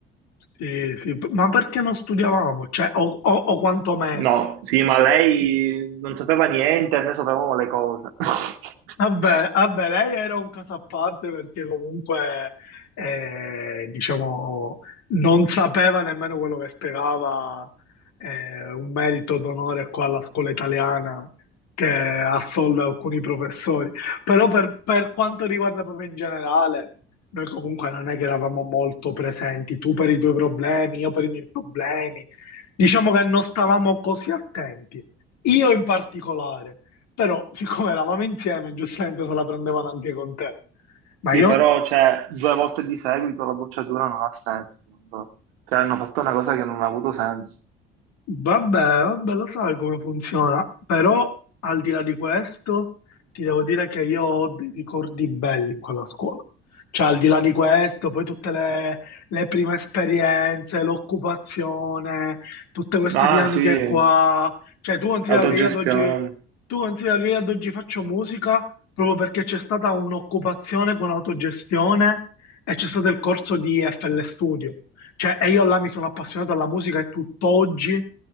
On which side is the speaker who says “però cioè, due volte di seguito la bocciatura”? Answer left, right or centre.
Right